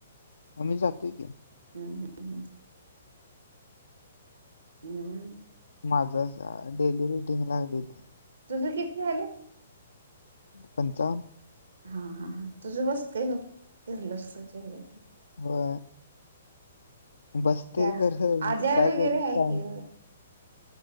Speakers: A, on the left (about 65°); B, on the right (about 60°).
A: आम्ही जातोय की,
B: हम हम <inaudible> हम्म हम्म <inaudible>
A: माझ डेली रुटीन ला <unintelligible>
B: तुझ कि ती झाले.
A: पंचावन.
B: हा हा हा तुझं बसतंय बघ किर्लोस्कर च्या हेज्यात.
A: हो बसतोय
B: त्या
A: खरं मग
B: आद्या
A: काय
B: वगैरे
A: करू
B: आहे
A: काम
B: की